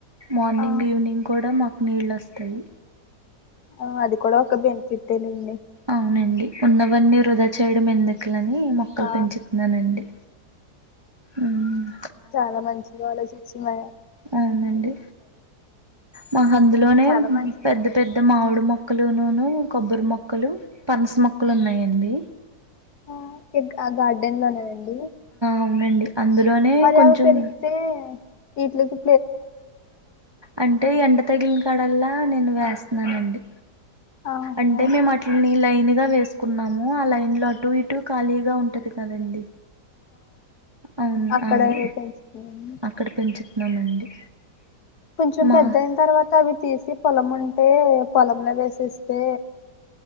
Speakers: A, on the right; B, on the left.
A: మార్నింగ్,
B: ఆ
A: ఈవినింగ్ కూడా మాకు నీళ్ళొస్తాయి
B: ఆ అది కూడా ఒక బెన్ఫిట్. తెలుండి.
A: అవునండి ఉన్నవన్నీ వృధా చేయడం ఎందుక్లని, మొక్కలు
B: ఆ
A: పెంచుతున్నానండి. ఉమ్.
B: చాలా మంచిగా ఆలోచించి. మే.
A: అవునండి మాక్ అందులోనే
B: చాలా మంచిది
A: పెద్ద పెద్ద మామిడి మొక్కలునూను, కొబ్బరి మొక్. మొక్కలు, పనస మొక్కలు ఉన్నాయండి.
B: ఆ ఆ గార్డెన్ లోనే అండి.
A: అవునండి అందులోనే
B: మరి
A: కొంచెం
B: అవి పెరిగితే ఇట్లకి
A: అంటే ఎండ తగిలిన కాడల్లా నేను వేస్తా వేస్తున్నానండి.
B: ఆహా
A: అంటే మేము అట్లా నీళ్లు తాగినయ్ వేసుకున్నాము. ఆ లైన్ లో అటు ఇటు ఖాళీగా ఉంటది కదండి. అవును
B: అక్కడ
A: అవి
B: పెంచున్నా
A: అక్కడ పెంచుతున్నామండి
B: కొంచెం
A: మా
B: పెద్దయిన తర్వాత అవి తీసి పొలం ఉంటే పొలంలో వేసేస్తే